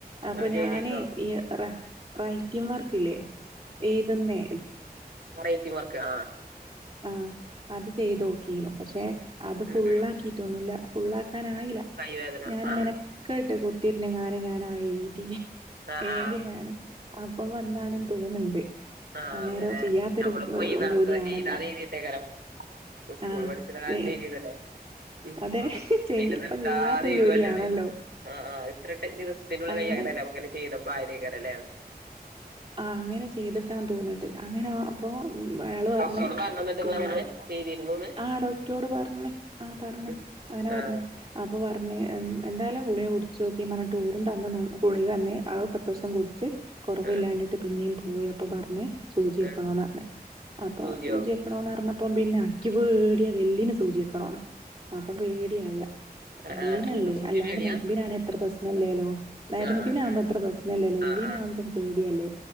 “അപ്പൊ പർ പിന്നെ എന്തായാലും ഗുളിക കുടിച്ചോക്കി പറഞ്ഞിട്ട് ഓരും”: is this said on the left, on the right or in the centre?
Right